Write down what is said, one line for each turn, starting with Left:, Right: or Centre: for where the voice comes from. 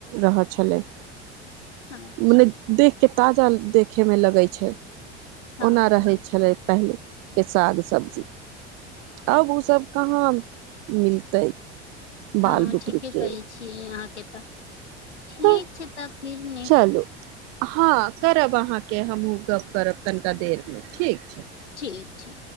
Right: रह छलै
Left: अच्छा
Right: मने देखके ताजा देखेमे लगै छै
Left: हँ
Right: ओना रहै
Left: हँ
Right: छलै पहिले के साग सब्जी आब ओसभ कहाँ मिलतै
Left: हँ
Right: बाल बुतरू
Left: ठीके
Right: के
Left: कहै छियै अहाँके तऽ ठीक
Right: तऽ
Left: छै तब फिर न
Right: चलू हँ करब अहाँके हमहूँ गप करब तनिका देरमे ठीक छै
Left: ठीक छै